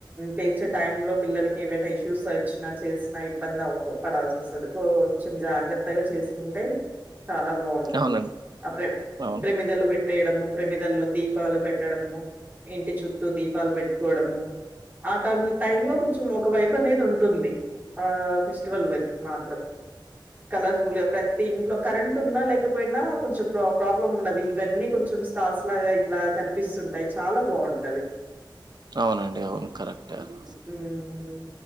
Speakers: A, on the right; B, on the right.
A: పేలిచే టైమ్ లో పిల్లలకి ఏవైన ఇష్ చూస వచ్చినా చేసినా ఇబ్బంది అవకో పడాల్సి వస్తది కొంచెం జాగ్రత్త కొత్తగా చేసుకుంటే చాలా బావుంటది
B: అవునండి
A: ఆ ప్రే
B: అవును
A: ప్రమిదలు పెట్టి ట్టేయడము ప్రమిదల్లో దీపాలు పెట్టడము ఇంటి చుట్టూ దీపాలు పెట్టుకోవడము. ఆ టం టైమ్ లో కొంచెం ఒక వైబ్ అనేది ఉంటుంది. ఆ ఫెస్టివల్ వన్ మాత్రం కలర్ఫుల్ ప్రతి ఇంట్లో కరెంట్ ఉన్నా, లేకపోయినా కొంచెం ప్ర ప్రాబ్లమ్ ఉన్నది. ఇవన్నీ కొంచెం స్ట కాస్ లాగా ఇట్లా కనిపిస్తుంటాయి చాలా బావుంటది.
B: అవునండి అవును కరెక్టే అది
A: ఉ ఉఉమ్